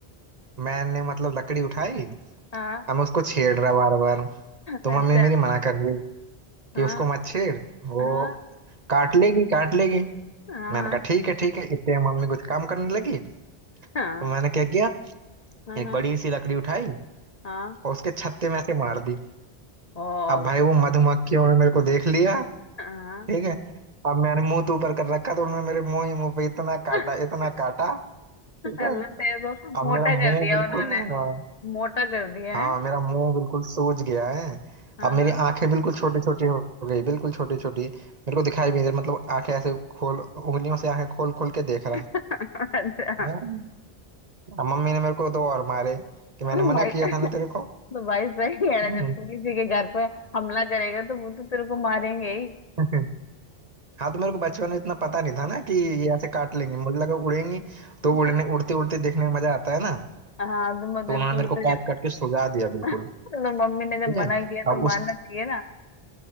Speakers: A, on the right; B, on the left.
A: मैंने मतलब लकड़ी उठाई
B: हाँ
A: अब मैं उसको छेड़ रहा बार बार तो
B: अच्छा
A: मम्मी मेरी मना कर रही
B: हाँ
A: कि उसको मत छेड़ वो
B: हाँ
A: काट लेगी काट लेगी
B: हाँ
A: मैंने कहा ठीक है ठीक है इतने में मम्मी कुछ काम करने लगी तो
B: हाँ
A: मैंने क्या किया
B: हाँ हाँ
A: एक बड़ी सी लकड़ी उठाई
B: हाँ
A: और उसके छत्ते में ऐसे मार दी
B: और
A: अब भाई वो मधुमक्खियों ने मेरे को देख लिया
B: हाँ
A: ठीक है अब मैंने मुंह तो ऊपर कर रखा तो उन्होंने मेरे मुंह ही मुंह पे इतना
B: <laughs>
A: काटा इतना काटा ठीक है
B: अल्लाह तेरे को
A: अब
B: मोटा
A: मेरा मुंह
B: कर दिया
A: बिल्कुल
B: उन्होंने
A: है ना
B: मोटा कर दिया
A: हाँ
B: है
A: मेरा मुंह बिल्कुल सूज गया है
B: हाँ
A: अब मेरी
B: हाँ
A: आंखें बिल्कुल छोटी छोटी हो गई बिल्कुल छोटी छोटी मेरे को दिखाई भी नहीं दे- मतलब आंखें ऐसे खोल उंगलियों से आंखें खोल खोल के देख रहा
B: <laughs> अच्छा
A: हैं? अब मम्मी ने मेरे को दो और मारे कि
B: तो
A: मैंने मना
B: भाई
A: किया था ना तेरे को
B: तो भाई सही है ना
A: हम्म।
B: जब तू किसी के घर पर हमला करेगा तो वो तो तेरे को मारेंगे ही
A: <laughs> हाँ तो मेरे को बचपन में इतना पता नहीं था ना कि ये ऐसे काट लेंगे मुझे लगा उड़ेंगी तो
B: <laughs>
A: उड़ने उड़ते उड़ते देखने में मजा आता है ना
B: हाँ तो मतलब
A: तो उन्होंने
B: तो,
A: मेरे को
B: तो,
A: काट काट के सुझा दिया बिल्कुल
B: <laughs> तो मम्मी ने
A: ठीक
B: जब
A: है
B: मना किया
A: अब
B: तो मानना
A: उस
B: चाहिए ना